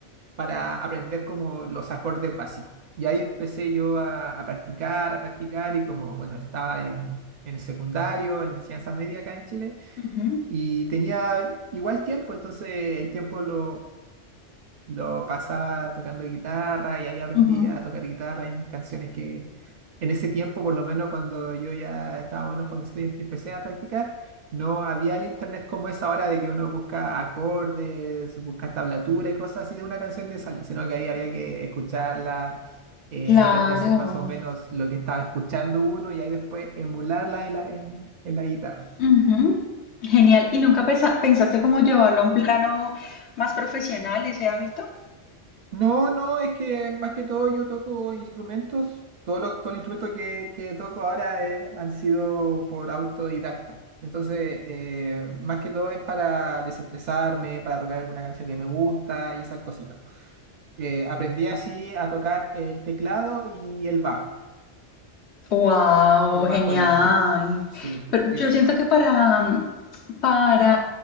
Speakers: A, on the right; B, on the left.
A: para aprender como los acordes básicos. Y ahí empecé yo a, a practicar, a practicar y como, bueno, estaba en, en el secundario, en la enseñanza media acá en Chile.
B: ujú,
A: Y tenía igual tiempo, entonces el tiempo lo, Lo pasaba tocando guitarra y ahí aprendí
B: ujú.
A: a tocar guitarra y mis canciones que en ese tiempo, por lo menos cuando yo ya estaba menos jovencito y em, empecé a practicar, no había el internet como es ahora de que uno busca acordes, busca tablatura y cosas así de una canción que salen, sino que ahí había que escucharla, eh,
B: Claro.
A: aprenderse más o menos lo que estaba escuchando uno y ahí después emularla en la, en en la guitarra.
B: Ujú. Genial. ¿Y nunca pesa- pensaste cómo llevarlo a un plano más profesional ese hábito?
A: No, no, es que más que todo yo toco instrumentos. Todos los, todos los instrumentos que, que toco ahora eh, han sido por autodidacta. Entonces, eh, más que todo es para desestresarme, para tocar alguna canción que me gusta y esas cositas. Eh, aprendí así a tocar el teclado y el bajo,
B: Wow,
A: el bajo
B: genial.
A: eléctrico. Sí.
B: Pero
A: que-
B: yo siento
A: que-
B: que para, para,